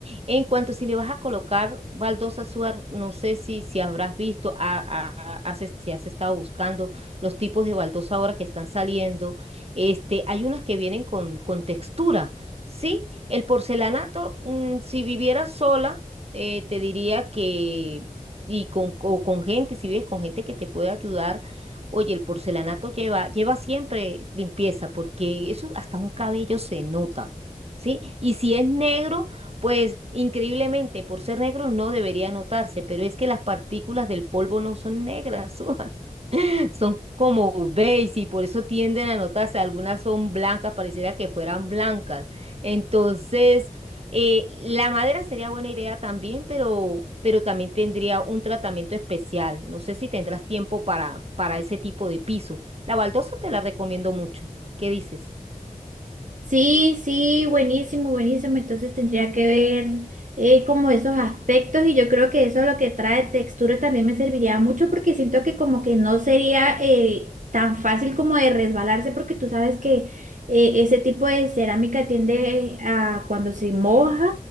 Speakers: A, on the right; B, on the right.
A: En cuanto si le vas a colocar baldosa suar, no sé si, si habrás visto, a- a- a- has es- si has estado buscando los tipos de baldosa ahora que están saliendo. Este, hay unas que vienen con, con textura, ¿sí? El porcelanato, mm, si viviera sola eh, te diría que, y con, o con gente, si ves, con gente que te puede ayudar. Oye, el porcelanato lleva, lleva siempre limpieza, porque eso hasta un cabello se nota, ¿sí? Y si es negro, pues increíblemente, por ser negro no debería notarse, pero es que las partículas del polvo no son negras, <laughs> Son como beige y por eso tienden a notarse. Algunas son blancas, pareciera que fueran blancas. Entonces, eh, la madera sería buena idea también, pero, pero también tendría un tratamiento especial. No sé si tendrás tiempo para, para ese tipo de piso. La baldosa te la recomiendo mucho. ¿Qué dices?
B: Sí, sí, buenísimo, buenísimo. Entonces tendría que ver eh, como esos aspectos y yo creo que eso es lo que trae textura también me serviría mucho porque siento que como que no sería eh, tan fácil como de resbalarse porque tú sabes que eh, ese tipo de cerámica tiende a cuando se moja